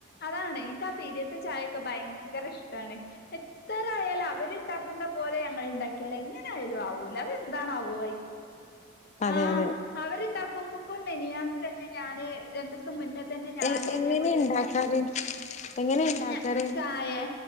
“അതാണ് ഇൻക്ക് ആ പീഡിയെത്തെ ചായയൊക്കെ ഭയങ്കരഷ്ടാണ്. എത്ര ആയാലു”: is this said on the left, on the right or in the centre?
Left